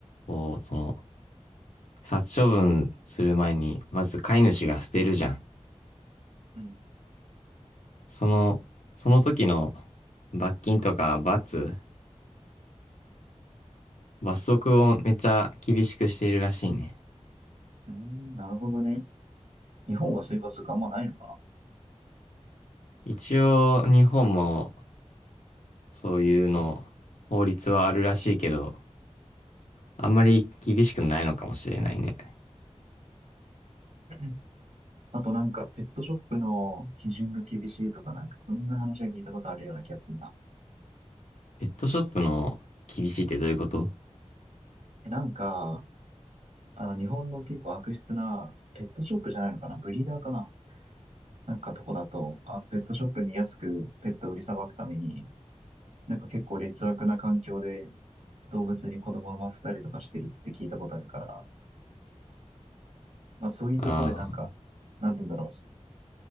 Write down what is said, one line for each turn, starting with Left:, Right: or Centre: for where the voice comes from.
Left: を、その、殺処分する前に、まず飼い主が捨てるじゃん。
Right: うん
Left: その、その時の罰金とか罰、罰則をめっちゃ厳しくしているらしいね。
Right: うーん、なるほどね。日本はそういう罰則あんまないのか
Left: 一応、日本もそういうの、法律はあるらしいけど、あんまり厳しくないのかもしれないね。
Right: な <laughs> あとなんか、ペットショップの基準が厳しいとかなんか、そんな話は聞いたことあるような気がするな。
Left: ペットショップの厳しいってどういうこと
Right: えなんか、あの、日本の結構悪質な、ペットショップじゃないのかなブリーダーかななんかとこだと、あの、ペットショップに安くペットを売りさばくために、なんか結構劣悪な環境で動物に子供を産ませたりとかしてるって聞いたことあるから、まあそういうとこでなんか、
Left: あ
Right: なんて言うんだろう。